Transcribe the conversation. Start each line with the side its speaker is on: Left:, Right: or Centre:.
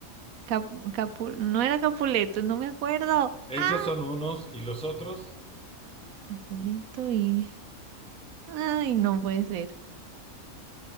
Right: Cap- Capu- no era Capuleto, no me acuerdo.
Centre: Esos
Right: ¡Ah!
Centre: son unos y los otros,
Right: Capuleto y. Ay, no puede ser.